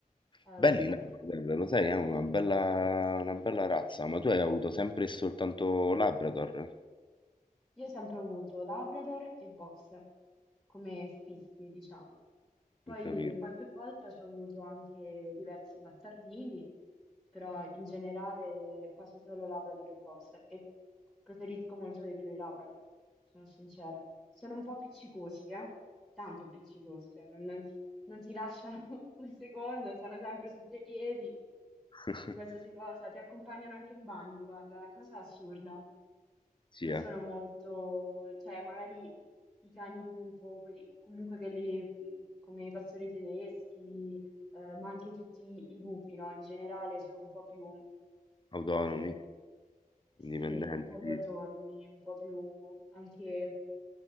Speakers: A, in the centre; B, on the left (about 35°).
A: eh,
B: Belli
A: lo so.
B: i Labrador, lo sai, è una bella, una bella razza, ma tu hai avuto sempre e soltanto Labrador,
A: Io ho sempre avuto Labrador e Boxer come fissi, diciamo. Poi
B: non capito?
A: qualche volta ci ho avuto anche diversi bastardini, però in generale quasi solo Labrador e Boxer e preferisco molto di più i Labrador, sono sincera. Sono un po' appiccicosi, eh? Tanto appiccicosi, cioè non, non- non ti lasciano <laughs> un secondo, stanno sempre sotto i piedi
B: <laughs>
A: per qualsiasi cosa, ti accompagnano anche in bagno, guarda, è una cosa assurda
B: Sì,
A: non
B: eh,
A: sono molto, cioè magari i cani lupo, quelli- comunque quelli mh, come i pastori tedeschi, eh, ma anche tutti i lupi, no? In generale sono un po' più,
B: autonomi,
A: eh, sì,
B: indipendenti.
A: un po' più autonomi, un po' più anche